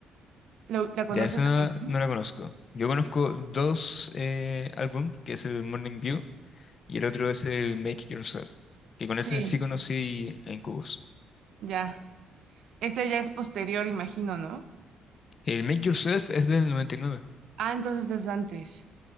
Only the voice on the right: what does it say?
¿Lo- ¿La conoces
la canción?
Sí,
ya. Ese ya es posterior, imagino, ¿no?
Ah, entonces es antes.